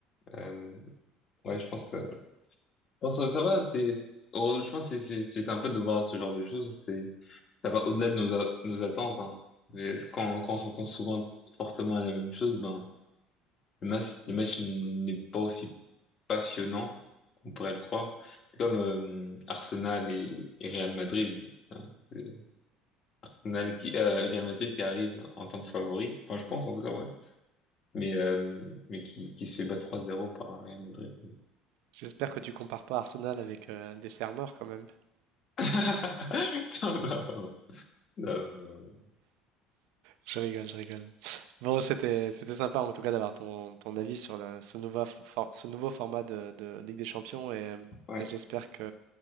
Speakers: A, on the left (about 30°); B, on the right (about 70°).
A: euh, ouais, je pense que Bon, ça, ça va, c'est, heureusement, je pense que c'est c'est- c'est sympa de voir ce genre de choses. C'est, ça va au-delà de nos, a- nos attentes. Hein. Mais quand, quand on s'entend souvent fortement à la même chose, ben, le match, le match n'est pas aussi passionnant qu'on pourrait le croire. C'est comme euh, Arsenal et, et Real Madrid. hein. C'est Arsenal qui, euh, Real Madrid qui arrive en tant que favori, enfin, je pense en tout cas, ouais. Mais, euh, mais qui, qui se fait battre trois zéro par un Real Madrid.
B: j'espère que tu compares pas Arsenal avec euh, des fermeurs quand même. <laughs>
A: <laughs> Non, non, non, non, non.
B: Je rigole, je rigole. Bon, c'était c'était sympa en tout cas d'avoir ton, ton avis sur le- ce nouveau, for- ce nouveau format de, de Ligue des Champions et,
A: Ouais,
B: et j'espère que